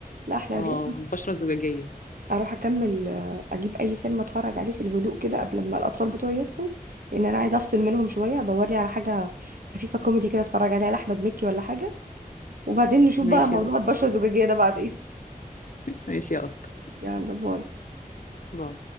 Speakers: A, on the right; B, on the left.
A: لا احنا
B: اه
A: هنروح
B: بشره زجاجيه
A: اروح اكمل آه، اجيب اي فيلم اتفرج عليه في الهدوء كده قبل ما الاطفال بتوعي يصحوا لان انا عايزه افصل منهم شويه ادور لي على حاجه خفيفه كوميدي كده اتفرج عليها لاحمد مكي ولا حاجه وبعدين نشوف
B: ماشي
A: بقى موضوع
B: يا قط
A: البشره الزجاجيه ده بعدين <laughs>
B: ماشي يا قط
A: يلا باي
B: باي.